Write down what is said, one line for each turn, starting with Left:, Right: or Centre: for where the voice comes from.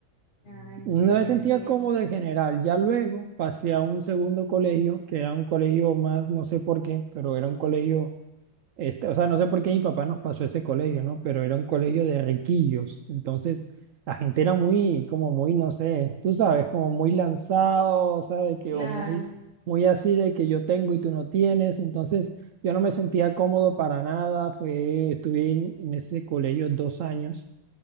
Left: Ah, entiendo,
Right: No me sentía
Left: entiendo.
Right: cómodo en general. Ya luego pasé a un segundo colegio, que era un colegio más, no sé por qué, pero era un colegio este, o sea, no sé por qué mi papá nos pasó ese colegio, ¿no? Pero era un colegio de riquillos. Entonces, la gente era muy, como muy, no sé, tú sabes, como muy lanzado, o sea, de que,
Left: Claro,
Right: o muy, muy así de que yo tengo y tú no tienes. Entonces, yo no me sentía cómodo para nada. Fue, estuve en, en ese colegio dos años,